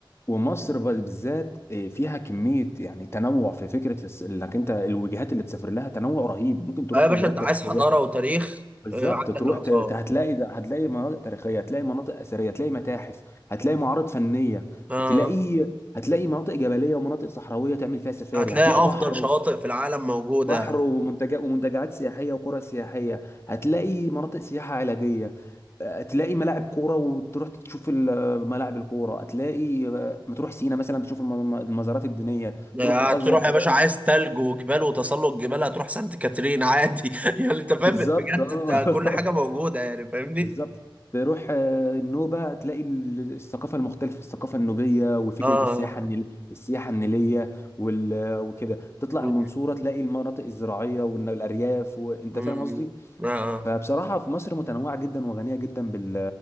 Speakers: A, on the left (about 30°); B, on the right (about 15°).
A: ومصر بالذات آه، فيها كمية يعني تنوع في فكرة الس- انك انت الوجهات اللي تسافر لها تنوع رهيب ممكن تروح
B: آه يا باشا
A: وجهات
B: أنت عايز
A: تاريخية
B: حضارة وتاريخ
A: بالظبط
B: آه عندك
A: تروح
B: الآثار
A: ت- ت- هتلاقي ده- هتلاقي مناطق تاريخية هتلاقي مناطق أثرية هتلاقي متاحف هتلاقي معارض فنية
B: آه
A: تلاقي هتلاقي مناطق جبلية ومناطق صحراوية تعمل فيها سفاري
B: هتلاقي
A: هتلاقي بحر
B: أفضل شواطئ في العالم موجودة
A: بحر ومنتجات ومنتجعات سياحيه وقرى سياحيه هتلاقي مناطق سياحه علاجيه هتلاقي ملاعب كوره وتروح تشوف ال- ملاعب الكوره هتلاقي آه، ما تروح سينا مثلا تشوف الم- المزارات الدينيه
B: آه،
A: تروح الازهر
B: هتروح
A: تلاقي
B: يا باشا عايز تلج وجبال وتسلق جبال هتروح سانت كاترين عادي <laughs> يعني أنت فاهم
A: بالظبط
B: بجد
A: اه
B: أنت كل حاجة موجودة يعني
A: <laughs>
B: فاهمني
A: بالظبط تروح آه، النوبه تلاقي ال- الثقافه المختلفه الثقافه النوبيه وفكره
B: آه
A: السياحه النيل السياحه النيليه وال... وكده تطلع
B: مم.
A: المنصوره تلاقي المناطق الزراعيه والارياف وانت
B: مم.
A: فاهم قصدي
B: آه
A: فبصراحة في مصر متنوعة جدا وغنية جدا بال...